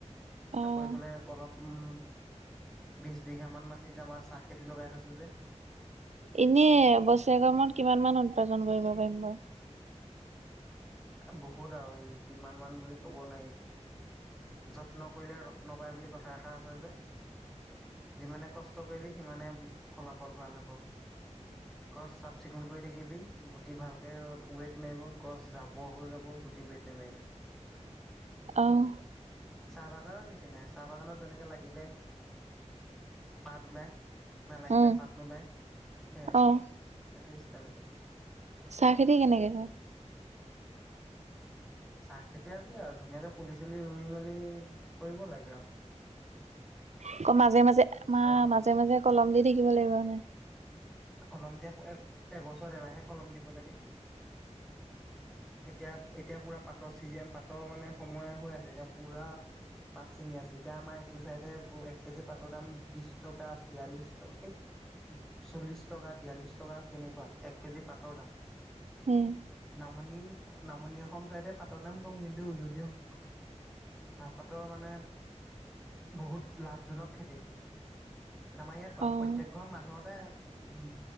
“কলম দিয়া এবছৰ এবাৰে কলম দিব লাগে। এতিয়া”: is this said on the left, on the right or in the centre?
Centre